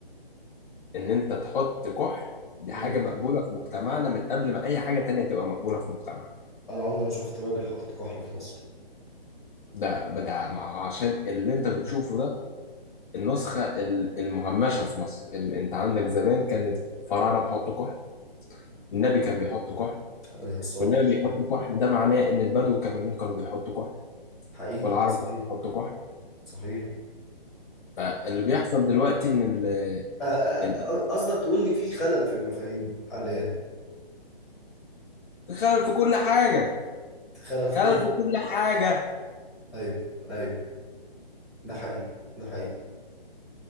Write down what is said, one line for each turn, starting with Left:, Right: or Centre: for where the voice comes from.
Left: ان انت تحط كحل دي
Centre: ان
Left: حاجة
Centre: انت
Left: مقبولة في مجتمعنا من قبل ما اي حاجة تانية تبقى مقبولة في مجتمعنا
Centre: انا عمري ما شفت راجل حاطط كحل في مصر
Left: ده ده مع- عشان اللي انت بتشوفه ده النسخة ال- المهمشة في مصر ال- انت عندك زمان كانت فراعنة بيحطوا كحل
Centre: م.
Left: النبي كان بيحط كحل
Centre: عليه الصلاه
Left: والنبي
Centre: والسلام
Left: بيحط كحل ده معناه ان البدو كمان كانوا بيحطوا كحل
Centre: حقيقي
Left: والعرب
Centre: ده صحيح
Left: كانوا بيحطوا كحل
Centre: صحيح
Left: فاللي بيحصل دلوقتي ان ال-
Centre: أ- أ-
Left: ال-
Centre: أ- قصدك تقول ان في خلل في المفاهيم حاليا
Left: خلل في كل حاجة
Centre: خلل في
Left: خلل
Centre: كل حاجه
Left: في كل حاجة
Centre: ايوه ايوه ده حقيقي ده حقيقي